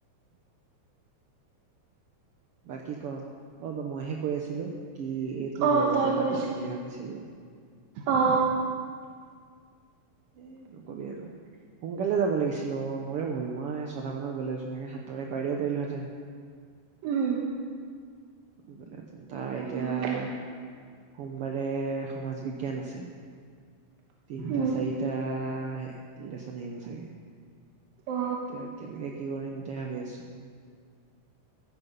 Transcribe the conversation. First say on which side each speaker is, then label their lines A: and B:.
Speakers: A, on the right; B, on the right.
A: বাকী ক, অ', বা-মইহে কৈ আছিলোঁ কি এই তোৰ
B: অ
A: লগৰটো
B: তই
A: এটা
B: কৈছিল
A: যাম বুলি ভাবিছিলোঁ।
B: অ
A: এ, নকবি আৰু সোনকালে যাব লাগিছিল অ', মোৰে ভুল মই ছটা মানত গ'লে ধুনীয়াকে সাতটালৈ কৰাই দিব পাৰিলোহেঁতেন।
B: উম।
A: <unintelligible> তাৰ
B: উম
A: এতিয়া সোমবাৰে সমাজ বিজ্ঞান আছে। তিনিটা,
B: উম
A: চাৰিত আ, লেচন আহিব চাগে। এতিয়া
B: অ
A: কেনেকে, কি কৰিম তে, ভাবি আছোঁ।